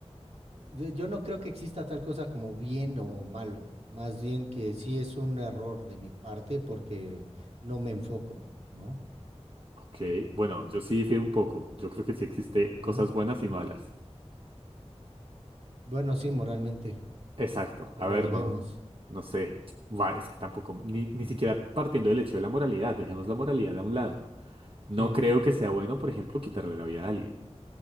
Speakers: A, on the right; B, on the right.
A: yo yo no creo que exista tal cosa como bien o malo, más bien que sí es un error de mi parte porque no me enfoco, ¿no?
B: Ok, bueno, yo sí difiero un poco. Yo creo que sí existe
A: Ujú.
B: cosas buenas y malas.
A: Bueno, sí, moralmente.
B: Exacto.
A: como
B: A ver,
A: lo vemos.
B: no, no sé. Va, es que tampoco, ni,
A: Ujú.
B: ni siquiera partiendo del hecho de la moralidad, dejemos la moralidad a un lado. No
A: Sí,
B: creo que sea bueno, por ejemplo, quitarle la vida a alguien.